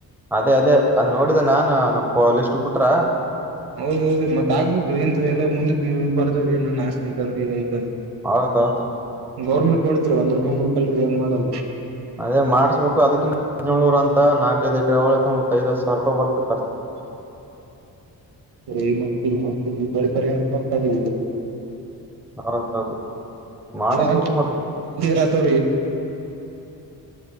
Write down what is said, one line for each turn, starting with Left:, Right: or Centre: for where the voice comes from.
Centre: ಅದೇ ಅದೇ ಅದ್ ನೋಡಿದ ನಾನನ್ ನ ಪ ಲಿಸ್ಟ್ ಬಿಟ್ರ.
Right: ಹೌದೌದು ಮತ್ ಆಗ್ಬೇಕ್ರ ನ್ ಎಲ್ಲ ಮುಂದಕ್ಕೆ ಬರ್ದ್ರ ಏನ್ಾಸ್ತಿ ಐತಂದ್ರ.
Centre: ಹೌದ ಹೌದು.
Right: ಗೌರ್ಮೆಂಟ್ ಕೊಡದ್ರ ಒಂದ ರೂಪಾಯಿರ್ಕಲ್ರಿ ಏನ್ ಮಾಡಲ್ರಿ.
Centre: ಅದೇ ಮಾಡ್ಬೇಕು ಅದಕ್ಕಿಂತ ಹದಿನೇಳಳ್ನೂರ ಅಂತ ನಾಕೈದ್ಕಳ ಮತ್ ಐದ್ ಸಾವಿರ ರೂಪಾಯಿ ಬರ್ತತಿ.
Right: <inaudible> ಇ ಮತ್ತಳಿ ಪರಿಹಾರ ಬರ್ತದೆ
Centre: ಹೌದೌದು ಮಾಡಿಸ್ಬೇಕು
Right: ನರ
Centre: ಮತ್
Right: ರ ತಲ್ಲ ಟೋ